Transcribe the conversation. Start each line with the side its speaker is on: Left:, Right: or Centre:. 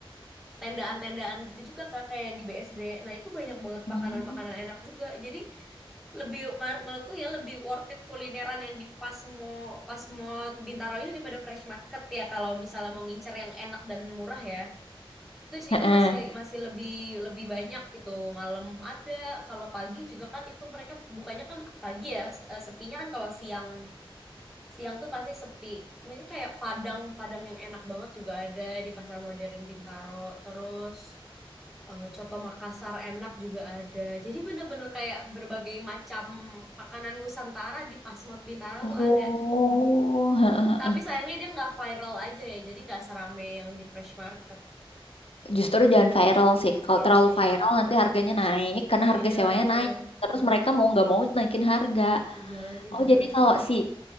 Centre: tendaan-tendaan gitu juga Kak, kayak di BSD. Nah, itu banyak banget
Left: Hmm.
Centre: makanan-makanan enak juga. Jadi lebih mar- menurutku ya lebih worth it kulineran yang di Pasmo Pasmo Bintaro ini daripada Fresh Market ya kalau misalnya mau ngincer yang enak dan murah ya. itu di
Left: <laughs> Heeh.
Centre: situ masih masih lebih lebih banyak gitu malam ada kalau pagi juga kan itu mereka bukannya kan pagi ya se- eh, sepinya kan kalau siang siang tuh pasti sepi nah itu kayak padang padang yang enak banget juga ada di pasar modern Bintaro terus eh, coto Makassar enak juga ada jadi bener-bener kayak berbagai macam makanan Nusantara di Pasmod Bintaro
Left: Oh,
Centre: tuh ada
Left: heeh, heeh.
Centre: tapi sayangnya dia nggak viral aja ya jadi nggak serame yang di Fresh Market
Left: Justru jangan viral sih. Kalau
Centre: iya
Left: terlalu
Centre: sih
Left: viral nanti harganya naik karena harga
Centre: iya
Left: sewanya
Centre: lagi
Left: naik.
Centre: bener
Left: Terus mereka mau nggak mau naikin harga.
Centre: Iya lagi
Left: Oh,
Centre: bener.
Left: jadi kalau
Centre: heeh.
Left: si